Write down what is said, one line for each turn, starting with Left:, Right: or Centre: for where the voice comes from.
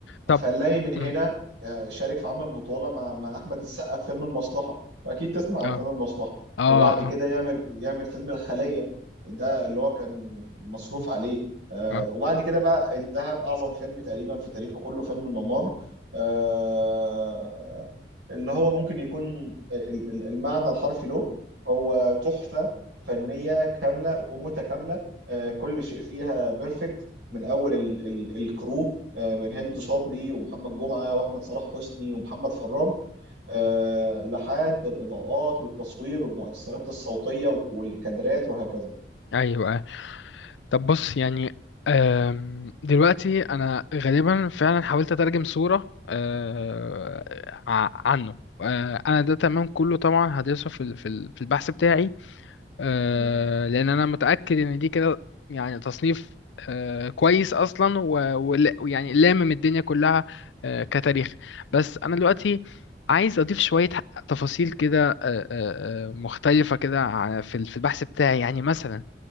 Left: طب
Right: اه فنلاقي من هنا
Left: مم.
Right: آه، شارك في عمل بطولة مع مع أحمد السقا في فيلم المصلحة وأكيد تسمع عن
Left: اه
Right: فيلم المصلحة
Left: اه
Right: وبعد
Left: اه
Right: كده يعمل يعمل فيلم الخلية ده اللي هو كان مصروف
Left: مم.
Right: عليه آه،
Left: اه
Right: وبعد كده بقى انتهى بأعظم فيلم تقريبا في تاريخه كله فيلم الممر آه، اللي هو ممكن يكون ال- ال- المعنى الحرفي له هو تحفة فنية كاملة ومتكاملة آه، كل شيء فيها بيرفكت من اول ال ال الكرو آه، من هند صبري ومحمد جمعه واحمد صلاح حسني ومحمد فراج آه، لحد الاضاءات والتصوير والمؤثرات الصوتيه والكادرات وهكذا
Left: أيوه آه. طب بص يعني آم، دلوقتي أنا غالبا فعلا حاولت أترجم صورة آه، ع- عنه آه، أنا ده تمام كله طبعا هدرسه في ال- في ال- في البحث بتاعي آه،
Right: م.
Left: لان انا متاكد ان دي كده يعني تصنيف آه، كويس اصلا و- ولا- ويعني لامم الدنيا كلها آه، كتاريخ بس انا دلوقتي عايز اضيف شويه تفاصيل كده آه، آه، آه، مختلفه كده ع- في ال- في البحث بتاعي يعني مثلا